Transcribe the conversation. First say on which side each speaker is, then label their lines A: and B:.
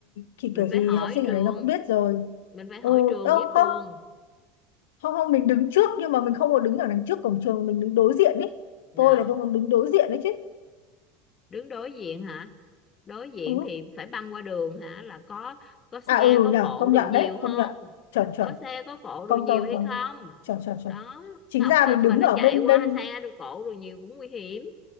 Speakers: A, on the left; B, on the left.
A: thì
B: mình
A: kiểu gì
B: phải hỏi
A: học sinh
B: trường,
A: ở đấy nó cũng biết rồi
B: mình phải hỏi
A: ừ
B: trường
A: đâu
B: với Phương,
A: không không không mình đứng trước nhưng mà mình không có đứng ở đằng trước cổng trường mình đứng đối diện ý
B: nào,
A: tôi là tôi muốn đứng đối diện đấy chứ
B: đứng đối diện hả? đối diện
A: ừ
B: thì phải băng qua đường hả là có có xe
A: à ừ
B: có
A: nhở
B: cộ
A: công
B: đồ
A: nhận
B: nhiều
A: đấy
B: không
A: công nhận chuẩn chuẩn
B: có xe có cộ đồ
A: công
B: nhiều
A: công
B: hay
A: công
B: không
A: chuẩn chuẩn chuẩn
B: đó
A: chính
B: cái học
A: ra
B: sinh
A: mình
B: mà
A: đứng
B: nó
A: ở
B: chạy
A: bên
B: qua
A: bên
B: xe đồ cộ đồ nhiều cũng nguy hiểm